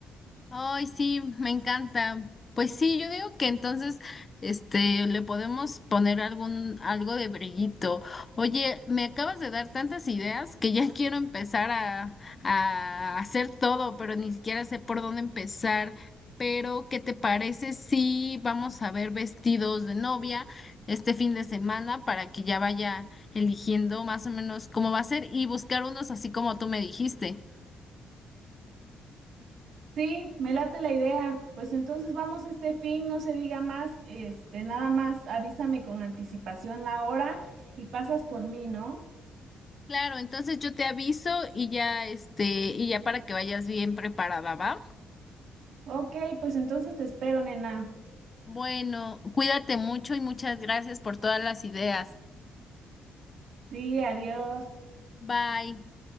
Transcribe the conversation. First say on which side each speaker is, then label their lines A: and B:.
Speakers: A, on the left; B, on the right.
A: Ay, sí, me encanta. Pues sí, yo digo que entonces, este, le podemos poner algún, algo de brillito. Oye, me acabas de dar tantas ideas que ya <laughs> quiero empezar a, a hacer todo, pero ni siquiera sé por dónde empezar. Pero, ¿qué te parece si vamos a ver vestidos de novia este fin de semana para que ya vaya eligiendo más o menos cómo va a ser y buscar unos así como tú me dijiste?
B: Sí, me late la idea. Pues entonces vamos este fin, no se diga más, este, nada más avísame con anticipación la hora y pasas por mí, ¿no?
A: Claro, entonces yo te aviso y ya este, y ya para que vayas bien preparada, ¿va?
B: Ok, pues entonces te espero, nena.
A: Bueno, cuídate mucho y muchas gracias por todas las ideas.
B: Sí, adiós.
A: Bye.